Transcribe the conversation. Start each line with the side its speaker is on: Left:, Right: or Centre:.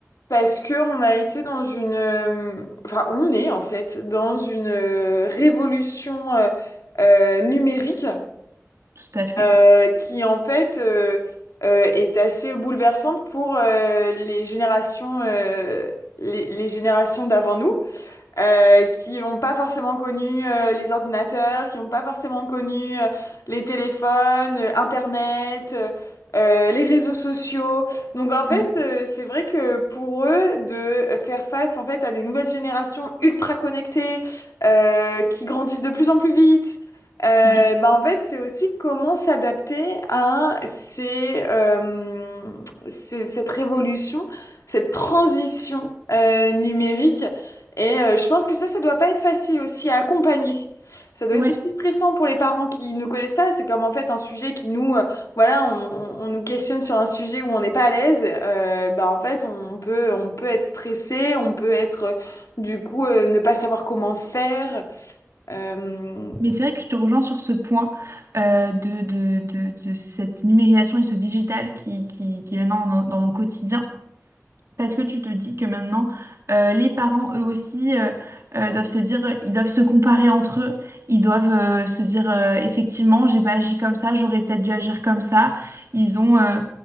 Left: parce que on a été dans une, euh, enfin, on est en fait dans une euh, révolution euh, euh, numérique
Right: Tout à fait.
Left: euh, qui en fait euh, euh, est assez bouleversante pour euh, les générations, euh, les, les générations d'avant nous euh, qui n'ont pas forcément connu euh, les ordinateurs, qui n'ont pas forcément connu euh, les téléphones, euh, Internet, euh, euh, les réseaux sociaux. Donc en fait,
Right: Mm.
Left: euh, c'est vrai que pour eux, de faire face en fait à des nouvelles générations ultra connectées, euh, qui grandissent de plus en plus vite. Euh,
Right: Oui.
Left: bah en fait, c'est aussi comment s'adapter à ces, euh, ces- cette révolution, cette transition euh, numérique. Et euh, je pense que ça, ça doit pas être facile aussi à accompagner. Ça doit
Right: Ouais.
Left: être aussi stressant pour les parents qui ne connaissent pas. C'est comme en fait un sujet qui nous, euh, voilà, on, on- on nous questionne sur un sujet où on n'est pas à l'aise. Euh, bah en fait, on peut, on peut être stressé, on peut être euh, du coup euh, ne pas savoir comment faire. Euh,
Right: Mais c'est vrai que je te rejoins sur ce point euh, de, de, de, de cette numérisation et ce digital qui, qui, qui est maintenant dans dans nos quotidiens. Parce que tu te dis que maintenant, euh, les parents, eux aussi, euh, euh, doivent se dire, euh, ils doivent se comparer entre eux. Ils doivent euh, se dire, euh, effectivement, j'ai pas agi comme ça, j'aurais peut-être dû agir comme ça. Ils ont euh,